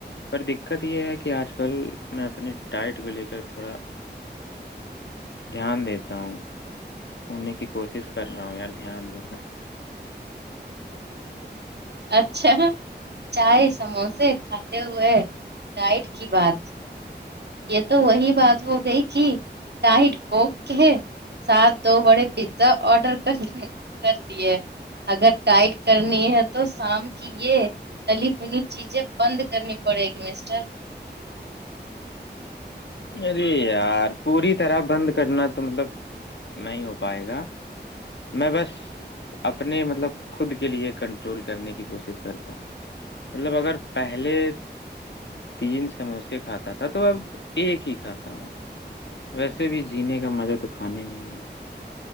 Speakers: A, on the left; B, on the right.
A: دقت یہ ہے کہ اج کل میں اپنی ڈائٹ کو لے کر تھوڑا دھیان دیتا ہوں ہونے کی کوشش کر رہا ہوں یار دھیان دو
B: اچھا چائے سموسے کھاتے ہوئے ڈائٹ کی بات <unintelligible> یہ تو وہی بات ہو گئی تھی نائٹ کو کہ ساتھ دو بڑے پتا ارڈر ک دیا ہے اگر ٹائٹ کرنی ہے تو سانپ یہ علی بلی چیزیں بند کرنی پڑے گی مسٹر
A: ارے یار پوری طرح بند کرنا مطلب نہیں ہو پائے گا میں بس اپنے مطلب خود کے لیے کنٹرول کرنے کی کوشش کرتا ہوں مطلب اگر پہلے تین سموسے کھاتا تھا تو ایک ہی کھاتا ہوں ویسے بھی جینے کا مزہ تو کھانے میں ہی ہے